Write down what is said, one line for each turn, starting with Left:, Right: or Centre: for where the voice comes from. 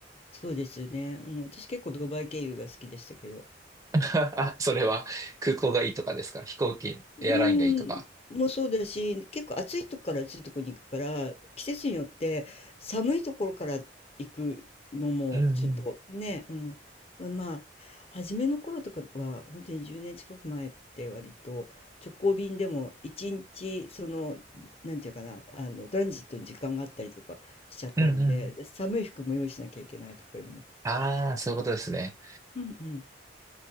Left: そうですね。うん、私結構ドバイ経由が好きでしたけど。
Right: <laughs> あそれは空港がいいとかですか、飛行機、
Left: うーん、
Right: エアラインがいいとか。
Left: もうそうだし、結構暑いとこから暑いとこに行くから、季節によって寒いところから行くのもちょっとね、
Right: うんうん。
Left: うん、まあ、初めの頃とかは、本当に10年近く前って割と直行便でも1日、その、なんていうかな、あの、トランジットに時間があったりとかしちゃったので、
Right: うんうん。
Left: 寒い服も用意しなきゃいけないとかいうのも。
Right: ああ、そういうことですね。
Left: うんうん